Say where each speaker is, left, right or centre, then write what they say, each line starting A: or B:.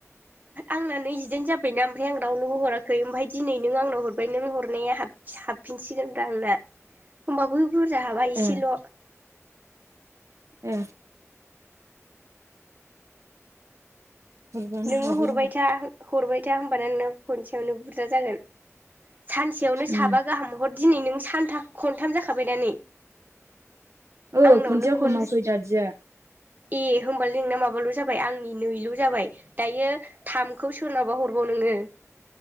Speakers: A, on the right (about 35°); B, on the right (about 70°).
A: आंना नैजिदाइन जाबायना ओमफ्राय आं रावनोबो हराखै। खै ओमफाय दिनै नों आंनाव हरबाय नों हरनाया <unintelligible> हाबफिनसिगोन ब्रा आंना होमबाबो बुरजा हाबा एसेल'।
B: ए ए हरबानो
A: नोंङो
B: हाबो
A: हरबाय
B: होमबा
A: था हरबाय था होनबाना नोंना खनसेयावनो बुरजा जागोन। सानसेयावनो साबा
B: उम
A: गाहाम हर दिनै नों सानथा-खनथाम जाखाबाय दा नै।
B: औ
A: आंनावनो
B: खनसेयाव
A: खन
B: हमाखै दादिया।
A: ए होमबालाय नोंना माबाल' जाबाय आंनि नैल' जाबाय। दायो थामखौ सोरनावबा हरबाव नोंङो।